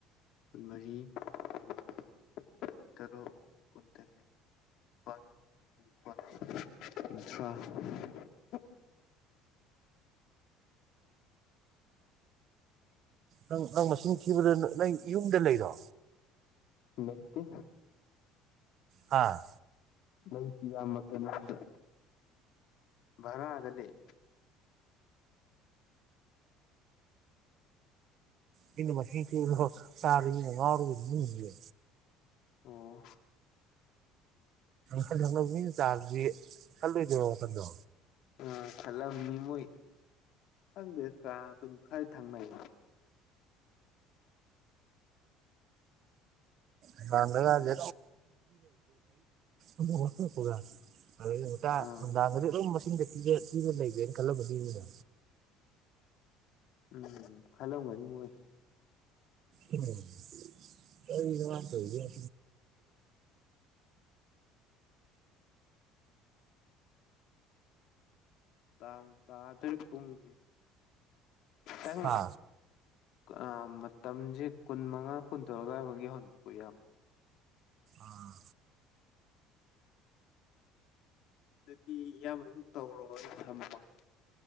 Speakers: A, on the left; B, on the right.
A: ꯀꯨꯟꯃꯔꯤ <unintelligible> ꯇꯔꯨꯛ ꯀꯨꯟꯇꯔꯦꯠ <unintelligible>
B: ꯅꯪ ꯅꯪ ꯃꯁꯤꯡ ꯊꯤꯕꯗ ꯅꯪ ꯌꯨꯝꯗ ꯂꯩꯔꯣ
A: ꯂꯩꯇꯦ
B: ꯍꯥ
A: ꯂꯩꯇꯦ ꯏꯌꯥꯝꯕ ꯀꯩꯅꯣꯗ ꯚꯔꯥꯗ ꯂꯩ
B: ꯅꯪꯅ ꯃꯁꯤꯡ ꯊꯤꯕꯗꯣ ꯇꯥꯕ ꯃꯤꯅ ꯉꯥꯎꯔꯕꯣꯏ ꯈꯟꯈꯤꯅꯤ
A: ꯑꯣ
B: ꯊꯪꯅꯕ ꯃꯤꯅ ꯇꯥꯔꯗꯤ ꯈꯜꯂꯣꯏꯗ꯭ꯔꯣ ꯑꯗꯣ
A: ꯑꯥ ꯈꯜꯂꯝꯅꯤ ꯃꯣꯏ ꯈꯪꯗꯦ ꯀꯥ ꯑꯗꯨꯝ ꯈꯔ ꯊꯪꯅꯩ
B: ꯏꯃꯥꯡꯗ ꯀꯥꯁꯦ <unintelligible> <unintelligible>
A: ꯑꯥ
B: ꯅꯨꯡꯗꯥꯡ ꯈꯨꯗꯤꯡꯒꯤ ꯃꯁꯤꯡꯗ ꯊꯤꯔ ꯗꯨꯝ ꯂꯩꯔꯦꯅ ꯈꯜꯂꯝꯃꯅꯤ ꯃꯤꯅꯥ
A: ꯎꯝ ꯈꯜꯂꯝꯒꯅꯤ ꯃꯣꯏ
B: ꯎꯝ ꯀꯩꯅꯣ ꯃꯥ ꯇꯧꯔꯤꯁꯦ
A: ꯇꯥꯕꯨ ꯇꯥꯗꯨꯔꯦ ꯄꯨꯡꯁꯤꯗꯤ ꯅꯪ
B: ꯍꯥ
A: ꯑꯝ ꯃꯇꯝꯖꯦ ꯀꯨꯟꯃꯉꯥ ꯀꯨꯟꯇꯔꯨꯛ ꯑꯗꯨꯏꯕꯧꯗꯤ ꯌꯥꯎꯍꯟꯂꯨꯀꯣ ꯏꯌꯥꯝꯕ
B: ꯑꯥ
A: ꯑꯗꯨꯗꯤ ꯏꯌꯥꯝꯕ ꯑꯃꯨꯛ ꯇꯧꯔꯣ ꯑꯩ ꯊꯝꯃꯒꯦ